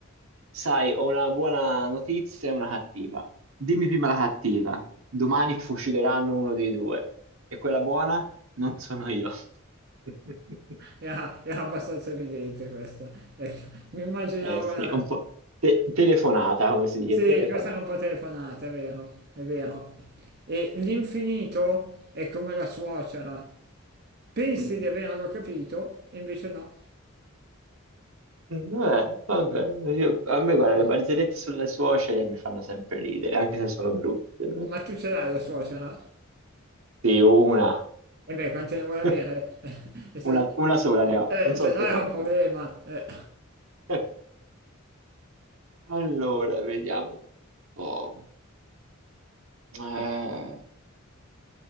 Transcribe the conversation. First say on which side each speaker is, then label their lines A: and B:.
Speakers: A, on the right; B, on the right.
A: Sai, ho una buona notizia e una cattiva. Dimmi prima la cattiva. Domani fucileranno uno dei due. E quella buona? Non sono io. <laughs>
B: Era, era abbastanza evidente questa. Ecco, mi immaginavo
A: Eh sì,
B: la...
A: un po' te- telefonata, come si dice,
B: Sì,
A: telefonata.
B: questa era un po' telefonata, è vero, è vero.
A: Eh.
B: E l'infinito è come la suocera. Pensi
A: Mm.
B: di averlo capito, e invece no.
A: Mm, Vabbè, vabbè, io- a me guarda,
B: Ma,
A: le barzellette sulle suocere mi fanno sempre ridere, anche se sono brutte.
B: ma tu ce l'hai la suocera?
A: Sì, una,
B: E beh, quante ne vuoi avere?
A: <laughs>
B: <laughs> E se-
A: una, una sola ne ho,
B: eh,
A: non so
B: se
A: te
B: no era
A: quante
B: un problema.
A: ne ho.
B: Eh.
A: <laughs> Allora, vediamo un po'. Eh,